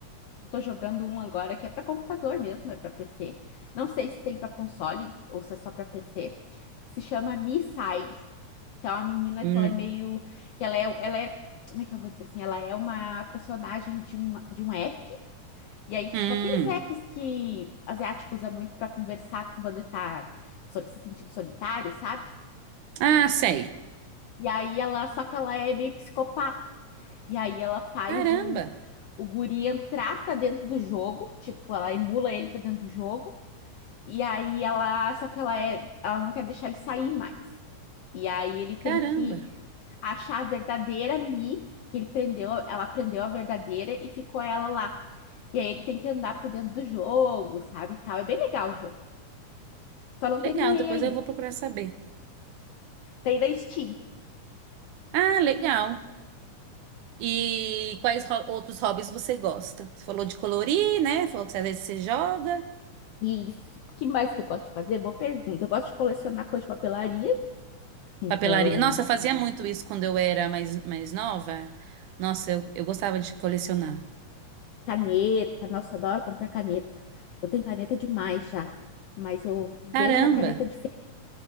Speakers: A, on the left; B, on the right.
A: Eu tô jogando um agora que é para computador mesmo, é para PC. Não sei se tem para console ou se é só para PC, que se chama Me Side, que é uma menina
B: Hum.
A: que ela é meio, que ela é, ela é, como é que eu vou dizer assim? Ela é uma personagem de um, de um app E aí, tipo,
B: Hum.
A: aqueles apps que asiático usa muito para conversar quando ele tá so- se sentindo solitário, sabe?
B: Ah, sei.
A: E aí ela, só que ela é meio psicopata. E aí ela faz
B: Caramba,
A: o, o guri entrar pra dentro do jogo, tipo, ela emula ele pra dentro do jogo. E aí ela, só que ela é, ela não quer deixar ele sair mais. E aí ele tem
B: caramba.
A: que achar a verdadeira Mi, que ele prendeu, ela prendeu a verdadeira e ficou ela lá. E aí ele tem que andar por dentro do jogo, sabe, e tal. É bem legal o jogo. Só não
B: Legal,
A: terminei
B: depois
A: ainda.
B: eu vou procurar saber.
A: Tem da Steam.
B: Ah, legal. E quais ho- outros hobbies você gosta? Você falou de colorir, né? Falou que às vezes você joga.
A: E isso, o que mais que eu gosto de fazer? Boa pergunta. Eu gosto de colecionar coisa de papelaria. Então,
B: Papelaria. Nossa, eu fazia muito isso quando eu era mais, mais nova. Nossa, eu, eu gostava de colecionar.
A: caneta. Nossa, eu adoro comprar caneta. Eu tenho caneta demais já. Mas eu vejo
B: Caramba!
A: uma caneta diferente.